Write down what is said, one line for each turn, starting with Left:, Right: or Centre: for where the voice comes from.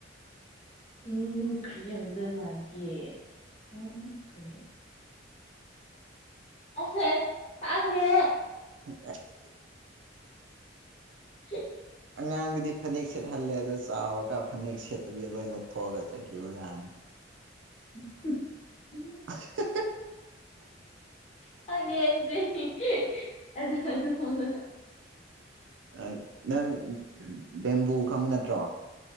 Left: ꯎꯝ ꯀ꯭ꯔꯤ ꯑꯣꯏꯗꯣꯗ ꯃꯥꯒꯦ ꯎꯝ ꯀ꯭ꯔꯤ ꯑꯁꯑꯦ ꯈꯪꯗꯦ
Right: <inaudible>
Left: ꯍ
Right: ꯑꯉꯥꯡꯗꯨꯗꯤ ꯐꯅꯦꯛ ꯁꯦꯠꯍꯜꯂꯦ ꯑꯗꯣ ꯆꯥꯎꯔꯒ ꯐꯅꯦꯛ ꯁꯦꯠꯇꯨꯕꯤ ꯂꯣꯏ ꯂꯧꯊꯣꯛꯑꯒ ꯆꯠꯈꯤꯕ ꯌꯥꯅꯤ
Left: <unintelligible>
Right: <inaudible>
Left: ꯈꯪꯗꯦ ꯑꯩꯗꯤ <unintelligible>
Right: ꯑ ꯅꯪ ꯕꯦꯝꯕꯨ ꯈꯪꯕ ꯅꯠꯇ꯭ꯔꯣ